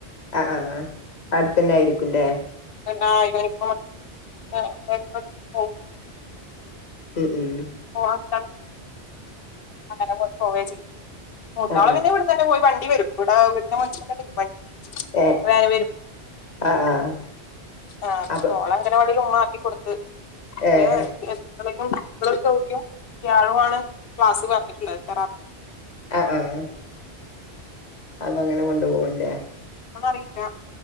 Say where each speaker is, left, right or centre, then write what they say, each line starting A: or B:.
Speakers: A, on the left; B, on the left.
A: അ ആഹ് അടുത്തന്നെ ആയിരിക്കുംല്ലേ.
B: എന്ന <unintelligible> <inaudible>
A: ഉം ഉം
B: പോവാണ്ട അങ്ങനെ പോവേ ചെയ്യും. മൂത്താള്
A: ആഹ്
B: പിന്നെ ഇവിടെന്നെന്നെ പോയി വണ്ടി വരും ഇവിടെ വീടിന്റെ മുറ്റത്തറ്റം വരും വണ്ടി.
A: ഏ
B: വേന
A: ആഹ് ആഹ്.
B: ആഹ്
A: അപ്പൊ
B: മോളെ അങ്കനവാടിയിൽ ഉമ്മ ആക്കി കൊടുത്ത് അത്
A: ഏഹ്
B: അപ്പൊളേക്കുംകുട്ടികളൊക്കെ ഒഴിയും വ്യാഴമാണ് ക്ലാസ്സ് പറഞ്ഞിട്ടുള്ളത് തെറാപ്പി.
A: ആഹ് ആഹ് അത് അങ്ങനെ കൊണ്ട് പോണ് ലെ.
B: അത് അറിയില്ല